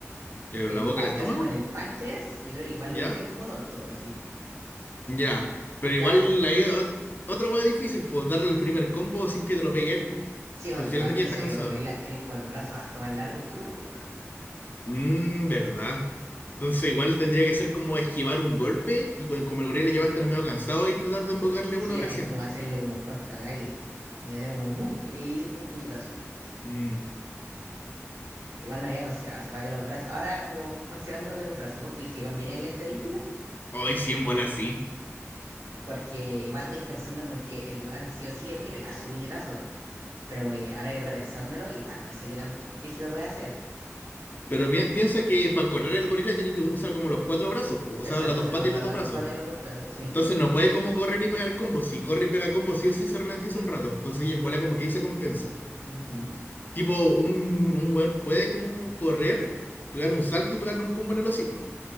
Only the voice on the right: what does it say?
En
el
pan,
así como en el páncreas, yo creo que igual
lo dejáis como tonto, así.
Ya, c-
sí, porque
igual
piensa
que los gorilas tienen como los brazos harto más largos que uno, pues weón.
Sí,
hay como hacerle como un contraataque. Y hacemos un ¡uh! y listo un puñetazo.
Igual no había considerado esa weá de los brazos. Ahora, como considerando los de los brazos, ¿vos crees que cambiaría en la estadística?
Porque igual estáis pensando como que el weón sí o sí le puede pegar su puñetazo. Pero como que ahora repensándolo, igual no sé qué tan rígido puede hacer.
Exacto,
hace
como lo-
las
dos patas y los dos brazos, sí.
Ujú,
ujú.